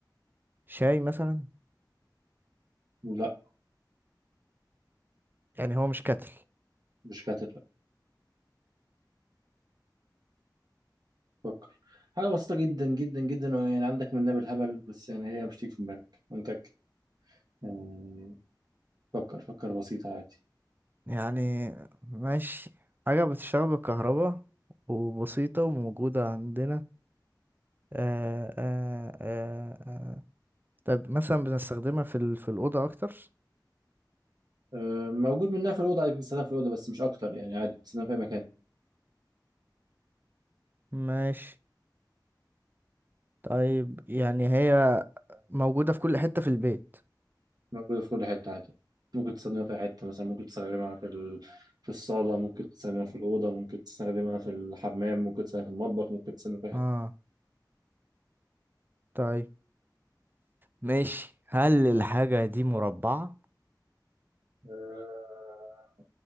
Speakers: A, on the right; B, on the right.
A: شاي مثلا
B: لا
A: يعني هو مش كتل
B: مش كاتب لا فكر حاجة بسيطة جدا جدا جدا يعني عندك منها بالهبل بس يعني هي مش تيجي في دماغك أنا متأكد يعني فكر فكر بسيطة عادي
A: يعني ماشي حاجة بتشتغل بالكهرباء وبسيطة وموجودة عندنا آه آه آه آه. طب مثلا بنستخدمها في ال... في الأوضة أكتر
B: أه، موجود منها في الأوضة عادي بتستخدم في الأوضة بس مش أكتر يعني عادي بتستخدم في أي مكان
A: ماشي طيب يعني هي موجودة في كل حتة في البيت
B: موجودة في كل حتة عادي ممكن تستخدمها في أي حتة مثلا ممكن تستخدمها في ال... في الصالة ممكن تستخدمها في الأوضة ممكن تستخدمها في الحمام ممكن تستخدمها في المطبخ ممكن تستخدمها في أي
A: اه
B: حتة
A: طيب ماشي هل الحاجة دي مربعة؟
B: أه،